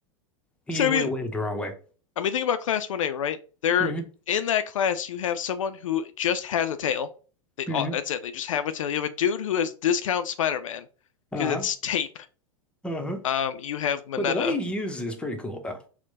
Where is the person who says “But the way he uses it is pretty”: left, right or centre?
Centre